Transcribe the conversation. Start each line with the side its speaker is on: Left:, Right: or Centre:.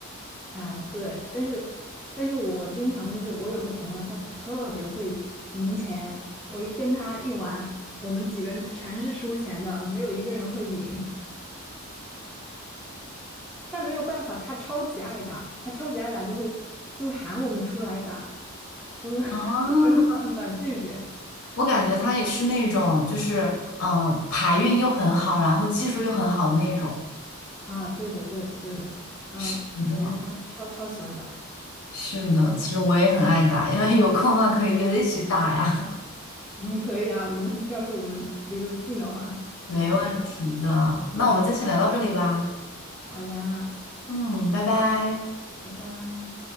Centre: 哎，对，但是但是我经常就是我有个朋友，他特别会赢钱，我一跟他一玩，我们几个人全是输钱的，没有一个人会赢。<laughs> 但没有办法，他超级爱打，他超级爱打就会就会喊我们出来打，我们 <laughs>
Left: 啊，
Centre: 都没有办法拒绝。
Left: 我感觉他也是那种，就是呃，牌运又很好，然后技术又很好的那种。
Centre: 啊，对的，对的，对的。然后反正他超超喜欢打，
Left: 是的，是的，其实我也很爱打，因为有空的话可以约着一起打呀，
Centre: <laughs> 嗯，可以啊。我们要是我们离得近的话
Left: <laughs>
Centre: <laughs>
Left: 没问题的。
Centre: 就可以。
Left: 那我们就先聊到这里吧。
Centre: 好呀，
Left: 嗯，拜拜。
Centre: 拜拜。